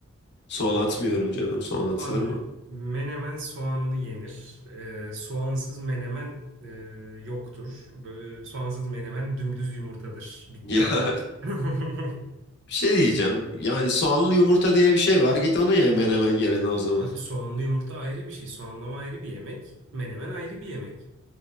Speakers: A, on the left; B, on the right.
A: Soğan atmıyorum canım. Soğan atılır
B: Abi
A: mı?
B: menemen soğanlı yenir. Ee, soğansız menemen e, yoktur. Böyle, soğansız menemen dümdüz yumurtadır. Bitti
A: <laughs>
B: abi.
A: Ya
B: <laughs>
A: bir şey diyeceğim. Yani soğanlı yumurta diye bir şey var. Git onu ye hemen hemen yerine o zaman.
B: Abi soğanlı yumurta ayrı bir şey. Soğanlama ayrı bir yemek. Menemen ayrı bir yemek.